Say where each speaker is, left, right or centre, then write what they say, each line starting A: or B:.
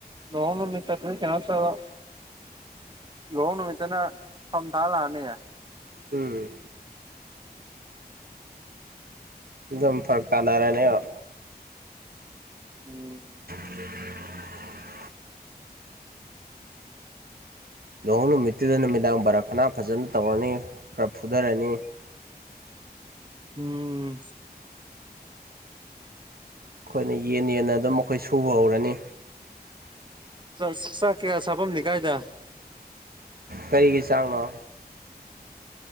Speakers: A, on the right; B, on the right.
A: ꯂꯨꯍꯣꯡ ꯅꯨꯃꯤꯠꯇꯗꯤ ꯀꯦꯅꯣ ꯇꯧꯔꯣ ꯂꯨꯍꯣꯡ ꯅꯨꯃꯤꯠꯇꯅ ꯐꯝ ꯊꯥ ꯂꯥꯛꯑꯅꯤ
B: ꯎꯝ ꯑꯗꯨꯝ ꯐꯔꯛ ꯀꯥꯟꯅꯔꯅꯦꯣ
A: ꯎꯝ
B: <inaudible> ꯂꯨꯍꯣꯡ ꯅꯨꯃꯤꯠꯇꯨꯗ ꯅꯨꯃꯤꯗꯥꯡ ꯕꯥꯔꯥ ꯈꯅꯥ ꯐꯖꯅ ꯇꯧꯔꯅꯤ ꯈꯔ ꯐꯨꯊꯔꯅꯤ
A: ꯎꯝ
B: ꯑꯈꯣꯏꯅ ꯌꯦꯟ ꯌꯦꯟꯅ ꯑꯗꯨꯝ ꯑꯈꯣꯏ ꯁꯨꯕ ꯍꯧꯔꯅꯤ
A: <unintelligible> ꯆꯥꯛꯀꯦꯔꯥ ꯆꯥꯕꯝꯗꯤ ꯀꯥꯏꯗ
B: ꯀꯔꯤꯒꯤ ꯆꯥꯛꯅꯣ